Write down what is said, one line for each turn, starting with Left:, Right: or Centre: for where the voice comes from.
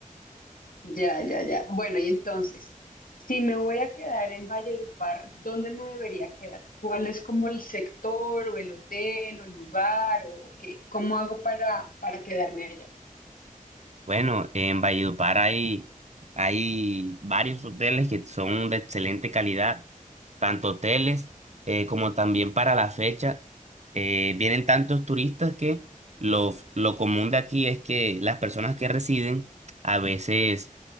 Left: ya, ya, ya. Bueno, y entonces, si me voy a quedar en Valledupar, ¿dónde me debería quedar? ¿Cuál es como el sector o el hotel o el lugar o qué? ¿Cómo hago para, para quedarme allá?
Right: Bueno, en Valledupar hay, hay varios hoteles que son de excelente calidad, tanto hoteles eh, como también para la fecha. eh, vienen tantos turistas que lo, f- lo común de aquí es que las personas que residen a veces,